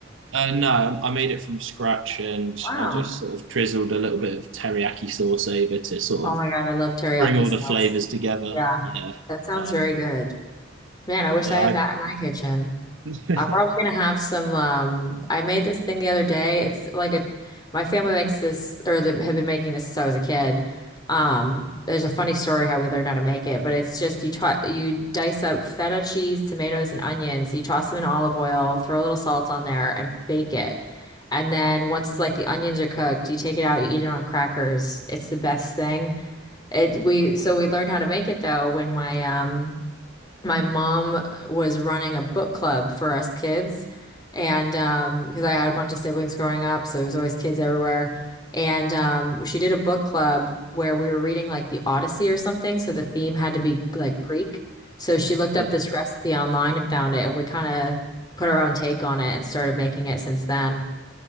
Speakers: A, on the right; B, on the left.
A: Uh, no, I made it from scratch and
B: Wow.
A: I just sort of drizzled a little bit of teriyaki sauce over to sort
B: Oh
A: of
B: my God, I love teriyaki
A: bring all
B: sauce.
A: the flavors together.
B: Yeah,
A: Yeah,
B: that sounds
A: uh,
B: very good. Man, I wish
A: yeah,
B: I
A: I,
B: had that in my kitchen.
A: <laughs>
B: I'm probably gonna have some. Um, I made this thing the other day. It's like a, my family makes this, or they have been making this since I was a kid. Um, there's a funny story how we learned how to make it, but it's just you tot you dice up feta cheese, tomatoes, and onions. You toss them in olive oil, throw a little salt on there, and bake it. And then once like the onions are cooked, you take it out, you eat it on crackers. It's the best thing. It we so we learned how to make it though when my um my mom was running a book club for us kids and um because I had a bunch of siblings growing up so there was always kids everywhere and um she did a book club where we were reading like the Odyssey or something so the theme had to be like Greek so she looked
A: yeah.
B: up this recipe online and found it and we kind of put our own take on it and started making it since then